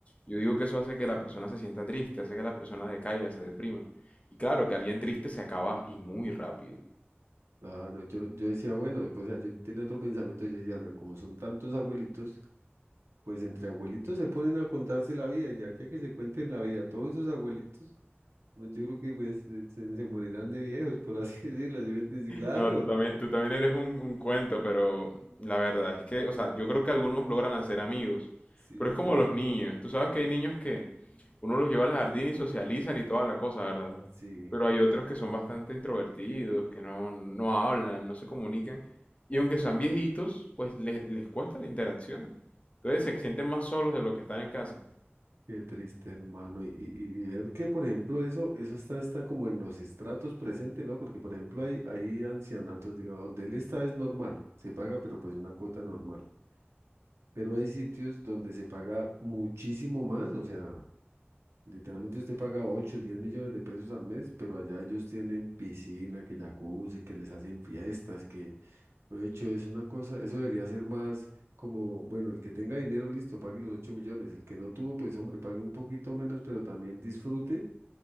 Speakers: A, on the left; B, on the right.
A: yo digo que eso hace que la persona se sienta triste, hace que la persona decaiga, se deprima. Y claro, que alguien triste se acaba y muy rápido.
B: claro, yo, yo decía, bueno, pues, o sea, yo tenía otro pensamiento, yo decía, no, como son tantos abuelitos, pues entre abuelitos se ponen a contarse la vida, y de aquí a que se cuenten la vida, todos esos abuelitos, pues, yo creo que pues se, se- se morirán de viejos, por así <laughs> decirlo, ¿sí me entiendes? Y Claro,
A: No, tú también, tú también eres un, un cuento, pero la verdad es que, o sea, yo creo que algunos logran hacer amigos,
B: sí,
A: pero es
B: pero,
A: como los niños. Tú sabes que hay niños que uno los lleva al jardín y socializan y toda la cosa, ¿verdad?
B: ah, sí.
A: Pero hay otros que son bastante introvertidos, que no, no hablan, no se comunican, y aunque sean viejitos, pues les, les cuesta la interacción. Entonces se sienten más solos de lo que están en casa.
B: Qué triste, hermano. Y, y- y ver que, por ejemplo, eso, eso está, está como en los estratos presentes, ¿no? Porque, por ejemplo, hay, hay ancianatos, digamos, donde él está es normal, se paga, pero pues una cuota normal. Pero hay sitios donde se paga muchísimo más, o sea, literalmente usted paga ocho diez millones de pesos al mes, pero allá ellos tienen piscina, que jacuzzi, que les hacen fiestas, de hecho, es una cosa, eso debería ser más como, bueno, el que tenga dinero, listo, pague los 8 millones. El que no tuvo, pues hombre, pague un poquito menos, pero también disfrute